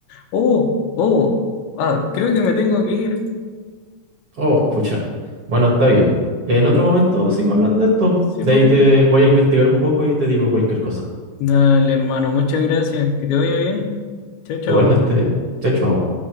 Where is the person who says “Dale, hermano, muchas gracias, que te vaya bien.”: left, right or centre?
Left